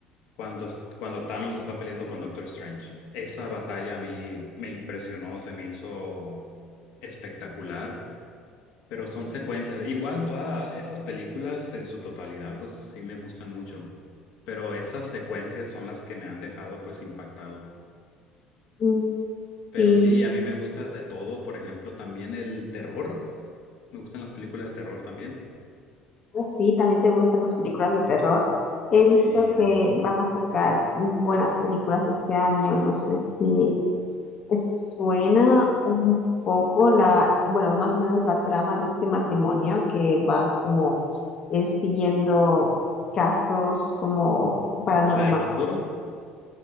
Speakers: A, on the left; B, on the left.
A: cuando, es- cuando Thanos está peleando con Doctor Strange. Esa batalla a mí me impresionó, se me hizo espectacular pero son secuencias. Igual todas esas películas en su totalidad, pues sí me gustan mucho, pero esas secuencias son las que me han dejado pues impactado.
B: Mm, Sí,
A: Pero sí, a mí me gusta de todo, por ejemplo, también el terror, me gustan las películas de terror también.
B: Ah, Sí, también te gustan las películas de terror. He
A: Sí,
B: visto
A: de-
B: que van a sacar buenas películas este año. No sé si te suena un poco la, bueno, más o menos la trama de este matrimonio que va como eh, siguiendo casos como paranormales.
A: la del Conjuro,